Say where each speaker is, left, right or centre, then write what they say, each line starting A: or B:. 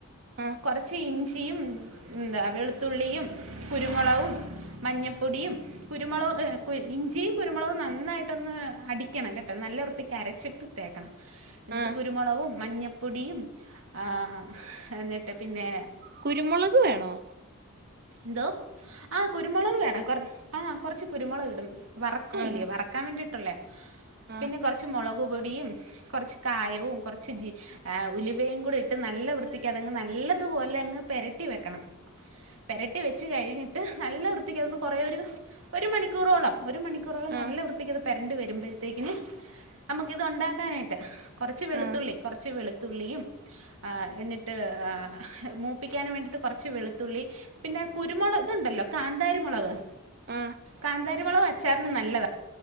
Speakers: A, on the right; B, on the right.
A: ആഹ്
B: കൊറച്ച് ഇഞ്ചിയും എന്താ വെളുത്തുള്ളിയും കുരുമുളകും. മഞ്ഞപ്പൊടിയും കുരുമുളക് ഇഞ്ചിയും കുരുമുളകും നന്നായിട്ടൊന്ന് അടിക്കണം കെട്ടോ എന്ന നല്ല വൃത്തിക്ക് അരച്ചിട്ട് തേക്കണം എന്നിട്ട്
A: ആഹ്
B: കുരുമുളകും മഞ്ഞപൊ പൊടിയും ആ എന്നിട്ട് പിന്നെ
A: കുരുമുളക് വേണോ.
B: ന്തോ ആ കുരുമുളക് വേണം കൊ ആ കൊറച്ച് കുരുമുളക് ഇടും വറക്കുംല്ലേ
A: ആഹ്
B: വറക്കാൻ വേണ്ടിട്ടുള്ളേ.
A: ആഹ്
B: പിന്നെ കൊറച്ച് മുളക് ടിയും കുറച്ച് കായവും കുറച്ച് ജീ ഏ ഉലുവയുംകൂടി ഇട്ട് നല്ല വൃത്തിക്ക് നല്ല തുപോലെ അങ്ങ് പെരട്ടി വെക്കണം. പെരട്ടി വെച്ച് കഴിഞ്ഞിട്ട് നല്ല വൃത്തിക്കന്ന് കുറേ ഒരു മണിക്കൂറോളം ഒരു മണിക്കൂറോളം
A: ആഹ്
B: നല്ല വൃത്തിക്കത് പേരെണ്ട് വരുമ്പോഴത്തേക്കിന് നമുക്ക് ഇത് ഉണ്ടാക്കാനായിട്ട് കൊറച്ച് വെളുത്തുള്ളി
A: ആഹ്
B: കൊറച്ച് വെളുത്തുള്ളിയും ആ എന്നിട്ട് ആ മൂപ്പിക്കൻ വേണ്ടിട്ട് കൊറച്ച് വെളുത്തുള്ളി പിന്നെ കുരുമുളക് ഇതു ണ്ടല്ലോ കാന്താരി മുളക്
A: ആഹ്
B: കാന്താരിമുളക് അച്ചാറിന് നല്ലതാണ്